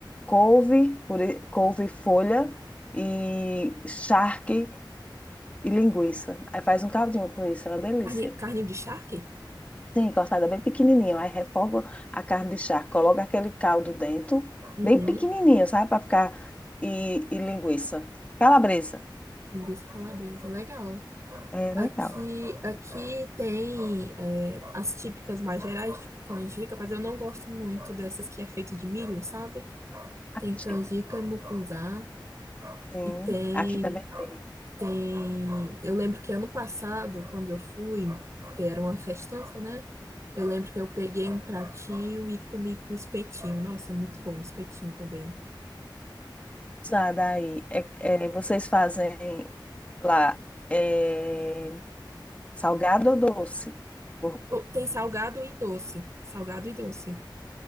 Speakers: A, on the left (about 15°); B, on the right (about 35°).
A: couve, puri- couve folha e charque e linguiça. Aí faz um caldinho com isso, é uma delícia.
B: Carne, carne de charque?
A: Sim, cortada bem pequenininho. Aí refoga a carne de charque, coloca aquele caldo dentro,
B: Uhum.
A: bem pequenininho, sabe? Para ficar. E, e linguiça. Calabresa.
B: Linguiça calabresa, legal.
A: É
B: Aqui,
A: legal.
B: aqui tem é, as típicas mais gerais, tipo canjica, mas eu não gosto muito dessas que é feito de milho, sabe? Tem
A: Acaxi-
B: canjica, mucunzá,
A: Sim,
B: e tem,
A: aqui também tem.
B: tem... Eu lembro que ano passado, quando eu fui, porque era uma festança, né? Eu lembro que eu peguei um pratinho e comi com espetinho. Nossa, muito bom o espetinho também.
A: Usada aí. É, é, vocês fazem lá é, salgado ou doce? Por-
B: Eu, tem salgado e doce. Salgado e doce.